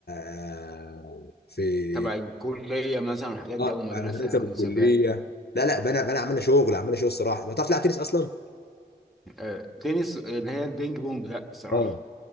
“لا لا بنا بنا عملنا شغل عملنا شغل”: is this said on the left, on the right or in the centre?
Left